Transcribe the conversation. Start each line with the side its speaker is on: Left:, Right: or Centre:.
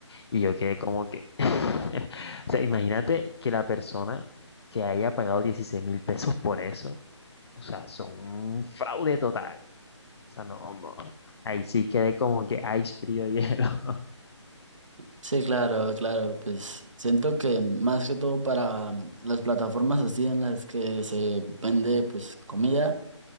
Left: Y yo quedé como que, <laughs> o sea, imagínate que la persona que haya pagado dieciséis mil pesos por eso, o sea, son un fraude total. O sea, no, mo- ahí sí quedé como que ice frío hielo. <laughs>
Right: Sí, claro, claro, pues siento que más que todo para mm, las plataformas así en las que se vende pues comida,